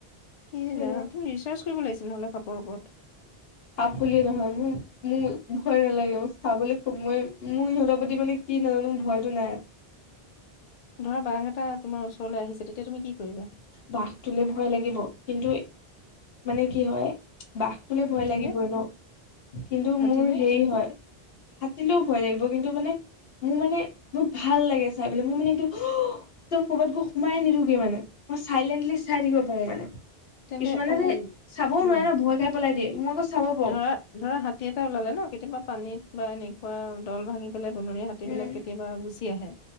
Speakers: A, on the left; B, on the left.
A: ইচ
B: সেয়া।
A: ৰাম তুমি ৰিছাৰ্চ কৰিব লাগিছিল নহ'লে সাপ পৰ ওপৰত।
B: সাপ বুলিয়ে নহয়, মোৰ মোৰ ভয় নালাগে মই চাবলৈ খুব মই মোৰ সিহঁতৰ প্ৰতি মানে কি নাজানো মোৰ ভয়টো নাই।
A: ধৰা বাঘ এটা তোমাৰ ওচৰলৈ আহিছে, তেতিয়া তুমি কি কৰিবা?
B: বাঘ তোলে ভয় লাগিব, কিন্তু মানে কি হয় বাঘতোলে
A: হাতীলে
B: ভয় লাগিবই ন' কিন্তু,
A: হাতীলে
B: মোৰ হেৰি হয়। হাতিলেও ভয় লাগিব কিন্তু মানে মোৰ মানে বহুত ভাল লাগে চাই পেলাই, মোৰ মানে একদম হুউ একদম ক'ৰবাত গৈ সোমাই নিদিও গে মানে, মই চাইলেণ্টলি চাই থাকিব পাৰো মানে।
A: তেন্তে
B: কিছুমানে যে
A: উম
B: চাবও
A: উম
B: নোৱাৰে ন' ভয় খাই পলাই দিয়ে, মই আকৌ চাব পাৰো
A: ধৰা ধৰা হাতী এটা ওলালে ন' কেতিয়াবা পানীত বা এনেকুৱা দল ভাঙি পেলাই বনৰীয়া হাতী
B: উম
A: বিলাক কেতিয়াবা গুচি আহে,